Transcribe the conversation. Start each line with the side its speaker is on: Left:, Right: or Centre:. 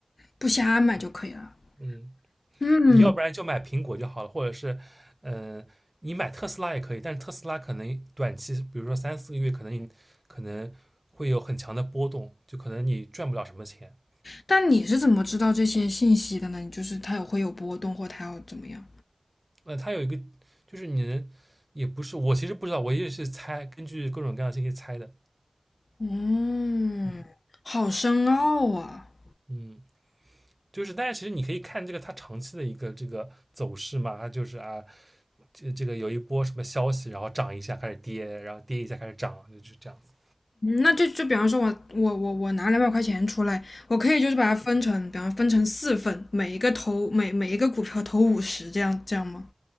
Left: 不瞎买就可以了。
Right: 嗯，
Left: 嗯，
Right: 你要不然就买苹果就好了，或者是，嗯、呃你买特斯拉也可以，但是特斯拉可能短期，比如说三四个月，可能你可能会有很强的波动，就可能你赚不了什么钱。
Left: 但你是怎么知道这些信息的呢？你就是它有会有波动，或它要怎么样？
Right: 那、呃它有一个，就是你能，也不是，我其实不知道，我也是猜，根据各种各样的信息猜的。
Left: 嗯，
Right: 嗯
Left: 好深奥啊。嗯
Right: 嗯。就是，但是其实你可以看这个它长期的一个这个走势嘛，它就是啊，这这个有一波什么消息，然后涨一下开始跌，然后跌一下开始涨，就是这样子。
Left: 那就就比方说我，我我我拿两百块钱出来，我可以就是把它分成，比方分成四份，每一个投每每一个股票投五十，这样这样吗？